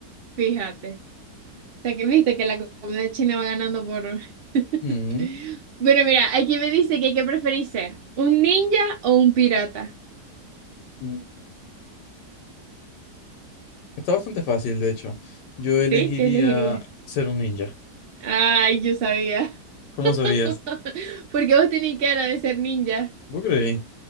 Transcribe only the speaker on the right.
Fíjate. sea, que viste que la comunidad china va ganando por... <laughs>
Bueno, mira, aquí me dice que qué preferís ser, un ninja o un pirata.
¿Sí? ¿Qué elegirías?
Ay, yo sabía.
<laughs> Porque vos tenés cara de ser ninja.